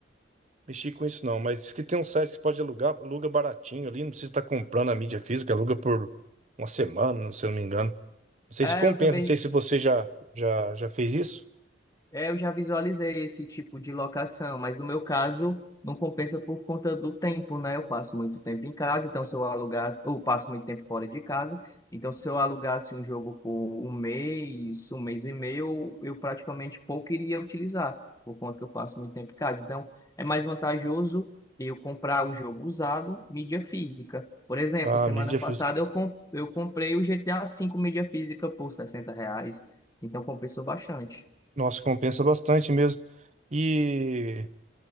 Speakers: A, on the right; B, on the left.
A: mexi com isso não, mas diz que tem um site que pode alugar, aluga baratinho ali, não precisa estar comprando a mídia física, aluga por uma semana, não- se eu não me engano. Não sei
B: É,
A: se compensa,
B: eu também.
A: não sei se você já, já, já fez isso.
B: É, eu já visualizei esse tipo de locação, mas no meu caso não compensa por conta do tempo, né? Eu passo muito tempo em casa, então se eu alugasse, ou passo muito tempo fora de casa, então se eu alugasse um jogo por um mês, um mês e meio, eu praticamente pouco iria utilizar, por conta que eu passo muito tempo em casa. Então é mais vantajoso eu comprar o jogo usado, mídia física. Por exemplo,
A: A
B: semana
A: mídia
B: passada
A: física.
B: eu, com- eu comprei o GTA V mídia física por 60 reais, então compensou bastante.
A: Nossa, compensa bastante mesmo. E